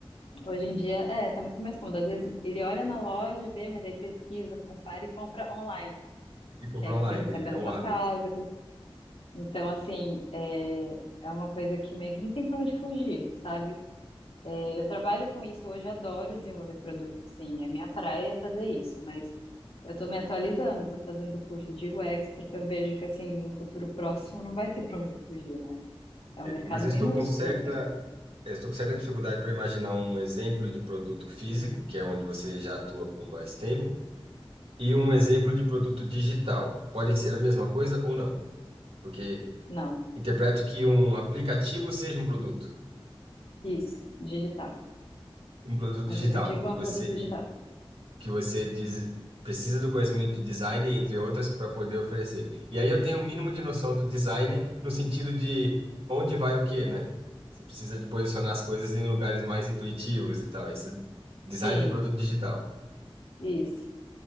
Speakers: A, on the left; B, on the right.
A: Hoje em dia, é, tá muito mais cômodo. Às vezes ele olha na loja, vê, mas aí pesquisa, compara e compra online.
B: e comprar
A: que aí você
B: online,
A: recebe
B: é
A: na
B: um
A: tua
B: hábito.
A: casa. que- Então, assim, é, é uma coisa que meio que não tem pra onde fugir, sabe? É, eu trabalho com isso hoje, eu adoro desenvolver produto, assim, é minha praia é fazer isso, mas eu tô me atualizando, tô fazendo curso de UX, porque eu vejo que, assim, no futuro próximo não vai ter pra onde fugir, né? É um
B: É,
A: mercado
B: mas eu
A: minúsculo,
B: estou com certa,
A: assim.
B: eu estou com certa dificuldade para imaginar um exemplo de produto físico, que é onde você já atua com mais tempo, e um exemplo de produto digital. Podem ser a mesma coisa ou não, porque
A: Não,
B: interpreto que um aplicativo seja um produto,
A: isso, digital.
B: um produto
A: Um
B: digital,
A: aplicativo
B: e
A: é um
B: você
A: produto digital.
B: que você diz- precisa do conhecimento de design, entre outras, para poder oferecer. E aí eu tenho o mínimo de noção do design no sentido de onde vai o quê, né? Você precisa de posicionar as coisas em lugares mais intuitivos e tal. Isso é design
A: Sim,
B: de produto digital.
A: isso.